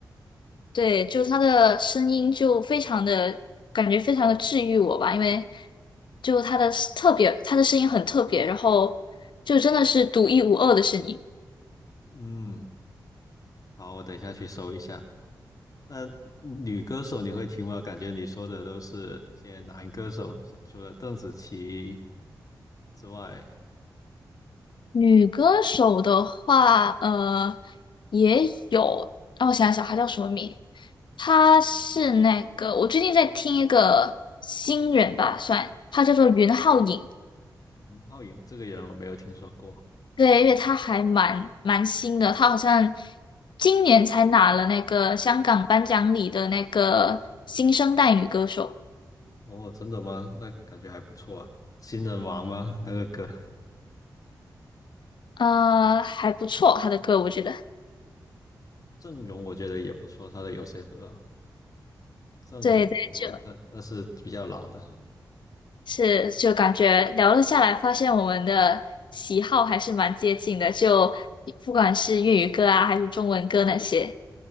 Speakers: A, on the left; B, on the left.
A: 对，就他的声音就非常的感觉非常的治愈我吧，因为就他的特别，他的声音很特别，然后就真的是独一无二的是你。
B: 嗯，好，我等一下去搜一下。那女歌手你会听吗？感觉你说的都是些男歌手，除了邓紫棋之外，
A: 女歌手的话，呃，也有，让我想一想，她叫什么名？她是那个，我最近在听一个新人吧，算，她叫做云浩颖，
B: 吴浩颖这个人我没有听说过。
A: 对，因为她还蛮蛮新的，她好像今年才拿了那个香港颁奖礼的那个新生代女歌手，
B: 哦，真的吗？那感觉还不错啊。新人王吗？那个歌？
A: 呃，还不错，她的歌我觉得，
B: 郑容我觉得也不错，他的有些歌，郑容，
A: 对对，就。
B: 但但是比较老的，
A: 是，就感觉聊了下来，发现我们的喜好还是蛮接近的，就不管是粤语歌啊，还是中文歌那些。